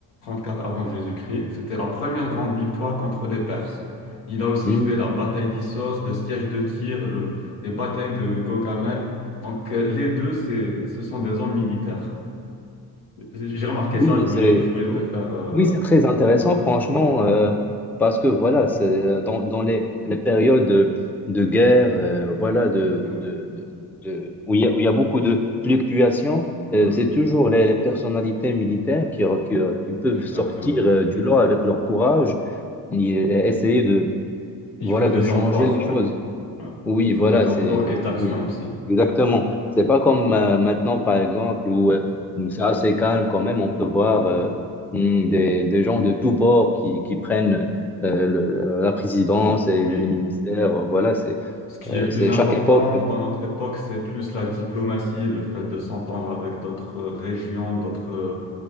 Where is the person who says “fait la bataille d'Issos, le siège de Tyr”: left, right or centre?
Left